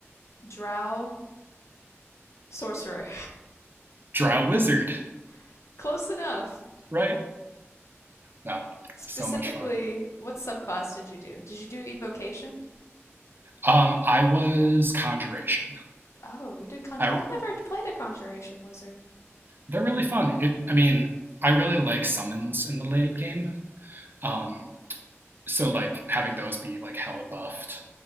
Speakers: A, on the left; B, on the right.
A: Drow sorcerer,
B: Drow wizard,
A: <laughs> close enough.
B: right? No,
A: Specifically,
B: so much fun.
A: what subclass did you do? Did you do evocation?
B: Um, I was conjuration.
A: Oh, we did conjure.
B: I
A: I've never played a conjuration wizard.
B: they're really fun. It, I mean, I really like summons in the late game. Um, so like having those be like hella buffed